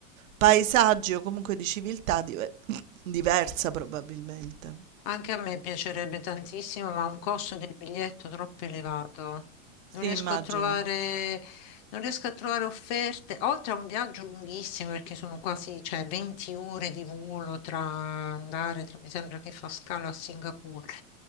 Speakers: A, on the right; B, on the left.
A: paesaggi o comunque di civiltà dive- <laughs> diversa probabilmente.
B: Anche a me piacerebbe tantissimo, ma ha un costo del biglietto troppo elevato.
A: Sì,
B: Non riesco
A: immagino.
B: a trovare, non riesco a trovare offerte, oltre a un viaggio lunghissimo, perché sono quasi, cioè, 20 ore di volo tra andare, tra- mi sembra che fa scalo a Singapore.